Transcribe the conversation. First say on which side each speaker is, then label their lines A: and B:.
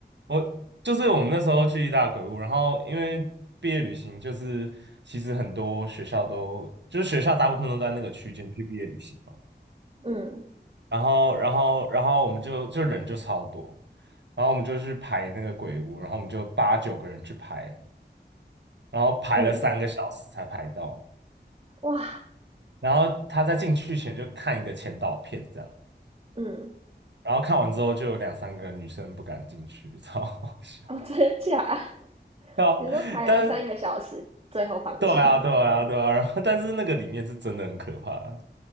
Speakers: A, on the right; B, on the right.
A: 我就是我们那时候去意大鬼屋，然后因为毕业旅行，就是其实很多学校都，就是学校大部分都在那个区间去毕业旅行嘛，
B: 的嗯
A: 然后，然后，然后我们就就人就超多，然后我们就去排那个鬼屋，然后我们就八九个人去排，然后排了三个小时才排到，
B: 嗯，哇，
A: 然后他在进去前就看一个前导片这样，
B: 嗯，
A: 然后看完之后就有两三个女生不敢进去，<laughs> 超好笑。
B: 哦，真假？<laughs>
A: <laughs> 啊，
B: 你说排了三个小时，
A: 但
B: 最后放弃，
A: 对啊，对啊，对啊，然后但是那个里面是真的很可怕